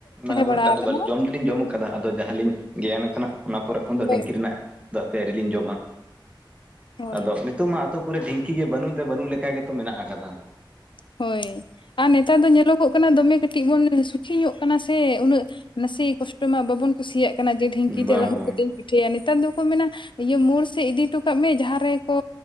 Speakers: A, on the right; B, on the left.
A: ᱢᱟᱱᱮ ᱩᱱᱟᱹᱜᱴᱟ
B: ᱵᱟᱲᱟ ᱟᱠᱟᱱᱟ
A: ᱫᱚ ᱵᱟᱹᱞᱤᱧ ᱡᱚᱢ ᱡᱚᱢ ᱠᱟᱫᱟ ᱟᱫᱚ ᱡᱟᱦᱟ ᱞᱤᱧ ᱜᱮᱭᱟᱱ ᱠᱟᱱᱟ ᱚᱱᱟ ᱯᱚᱨᱮ ᱠᱷᱚᱱ ᱫᱚ
B: ᱦᱳᱭ
A: ᱰᱷᱮᱝᱠᱤ ᱨᱮᱱᱟᱜ ᱫᱛ ᱦᱟᱯᱮ ᱟᱹᱣᱨᱤ ᱞᱤᱧ ᱡᱚᱢᱟ,
B: ᱦᱳᱭ
A: ᱟᱫᱚ ᱱᱤᱛᱳᱜ ᱢᱟ ᱟᱛᱳ ᱠᱚᱨᱮ ᱰᱷᱤᱝᱠᱤ ᱜᱮ ᱵᱟᱹᱱᱩᱜ ᱫᱚ ᱵᱟᱹᱱᱩᱜ ᱞᱮᱠᱟ ᱜᱮᱛᱚ ᱢᱮᱱᱟᱜ ᱠᱟᱫᱟ
B: ᱦᱳᱭ ᱟᱨ ᱱᱮᱛᱟᱨ ᱫᱚ ᱧᱮᱞᱚᱜ-ᱚᱜ ᱠᱟᱱᱟ ᱫᱚᱢᱮ ᱠᱟᱹᱴᱤᱡ ᱵᱚᱱ ᱥᱩᱠᱷᱤ ᱧᱚᱜ ᱠᱟᱱᱟ ᱥᱮ ᱩᱱᱟᱹᱜ ᱱᱟᱥᱮ ᱠᱚᱥᱴᱚ ᱢᱟ ᱵᱟᱵᱚᱱ ᱠᱩᱥᱤᱭᱟᱜ ᱠᱟᱱᱟ ᱡᱮ ᱰᱷᱤᱝᱠᱤ
A: ᱵᱟᱝ
B: ᱛᱮ ᱞᱟᱹᱦᱩᱫ
A: ᱵᱟᱝ
B: ᱠᱟᱛᱮᱫ ᱤᱧ ᱯᱤᱴᱷᱟᱹᱭᱟ᱾ ᱱᱮᱛᱟᱨ ᱫᱚᱠᱚ ᱢᱮᱱᱟ ᱤᱭᱟᱹ ᱢᱳᱲ ᱥᱮᱜ ᱤᱫᱤ ᱴᱚ ᱠᱟᱜ ᱢᱮ ᱡᱟᱦᱟᱸ ᱨᱮᱠᱚ